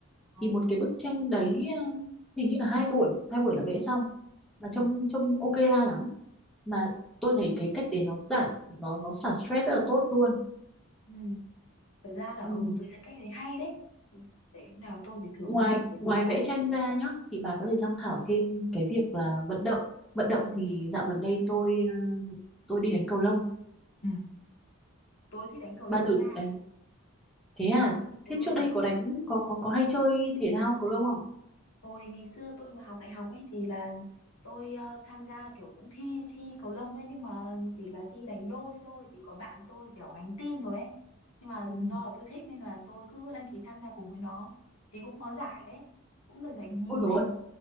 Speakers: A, on the left; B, in the centre.
A: Ờ.
B: Thì một cái bức tranh đấy ờ, hình như là hai buổi, hai buổi là vẽ xong mà trông
A: Ừ.
B: trông ok la lắm. Mà
A: Ờ.
B: tôi thấy cái cách đấy nó giải nó nó xả stress rất là tốt luôn.
A: Ừ. thật ra là
B: Ừ.
A: ừ tôi thấy cách đấy hay đấy Ừ, để hôm nào tôi phải thử
B: ngoài
A: mới được bởi
B: ngoài
A: vì là
B: vẽ tranh ra nhá thì bà có thể tham khảo thêm cái việc là vận động vận động thì dạo gần đây tôi ờ, tôi đi đánh cầu lông
A: ừ, tôi thích đánh cầu lông
B: bà thử
A: nha
B: đánh thế à thế
A: ừ
B: trước đây có đánh có có có hay chơi thể thao cầu lông không
A: hồi ngày xưa tôi mà học đại học ấy thì là tôi ờ, tham gia kiểu cũng thi thi cầu lông đấy nhưng mà chỉ là thi đánh đôi thôi thì có bạn tôi kiểu gánh team rồi ấy nhưng mà
B: ừ.
A: do là tôi thích nên là tôi cứ đăng ký tham gia cùng với nó thì cũng có giải đấy cũng được giải nhì
B: ôi rồi
A: đấy